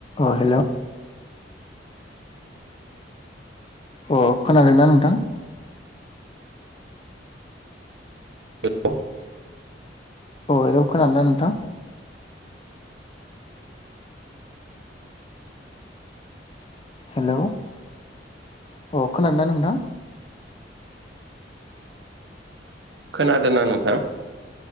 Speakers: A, on the left (about 30°); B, on the right (about 75°).
A: अ hello. अ खोनादोंना नोंथां?
B: <unintelligible>
A: अ हेलौ खोनादोंना नोंथां? हेलौ अ खोनादोंना नोंथां?
B: <inaudible> खोनादोंना नोंथां?